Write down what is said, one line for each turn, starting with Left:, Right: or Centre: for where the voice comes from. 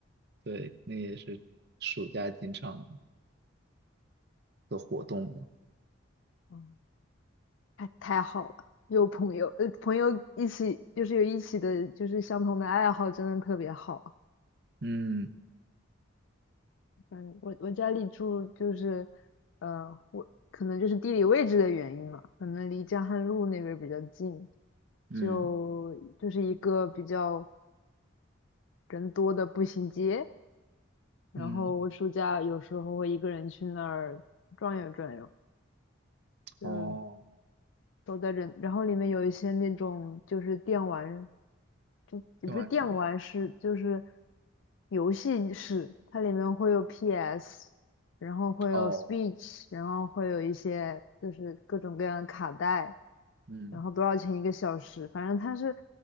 Right: 对，那也是暑假经常的活动吧。
Left: 哦太太好了，有朋友，呃，朋友一起就是有一起的，就是相同的爱好，真的特别好。
Right: 嗯
Left: 嗯，我我家里住就是，呃，我可能就是地理位置的原因嘛，可能离江汉路那边儿比较近，
Right: 嗯
Left: 就就是一个比较人多的步行街。然后我暑假有时候会一个人去那儿转悠转悠，
Right: 嗯，
Left: 就是
Right: 哦，
Left: 都在人，然后里面有一些那种就是电玩。就也不是电玩室，
Right: 郑万成，
Left: 就是游戏室，它里面会有 PS，然后会有
Right: 哦，
Left: s p e e c h 然后会有一些就是各种各样的卡带，
Right: 嗯
Left: 然后多少钱一个小时？反正它是，